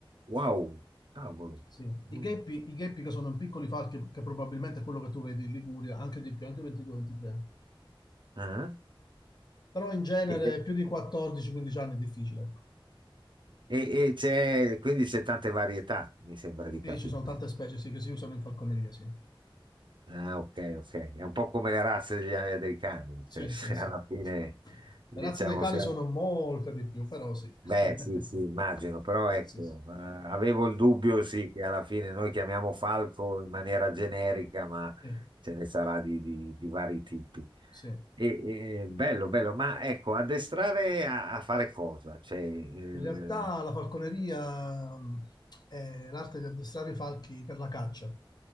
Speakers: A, on the right; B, on the left.
A: Wow, cavolo.
B: Sì, I
A: Mm.
B: gheppi, i gheppi che sono piccoli falchi, che probabilmente è quello che tu vedi in Liguria, anche di più, anche 22-23.
A: Ah,
B: Però in genere
A: ed è-
B: più di 14-15 anni è difficile, ecco.
A: E, e c'è, quindi c'è tante varietà, mi sembra di capire.
B: Sì, ci sono tante specie, sì, che si usano in falconeria, sì.
A: Ah, ok, ok. È un po' come le razze degli- eh, dei cani,
B: Sì,
A: cioè, <laughs> se
B: sì, sì,
A: alla fine,
B: sì. Le
A: diciamo,
B: razze dei cani
A: siamo
B: sono molte di più, però sì.
A: Beh,
B: <laughs>
A: sì, sì, immagino, però ecco,
B: Sì, sì.
A: eh, avevo il dubbio, sì, che alla fine noi chiamiamo falco in maniera generica, ma
B: Sì,
A: ce ne sarà di, di- di vari tipi.
B: sì.
A: E, e, bello, bello, ma ecco, addestrare a, a fare cosa? Cioè, eh,
B: In realtà la falconeria mh, è l'arte di addestrare i falchi per la caccia.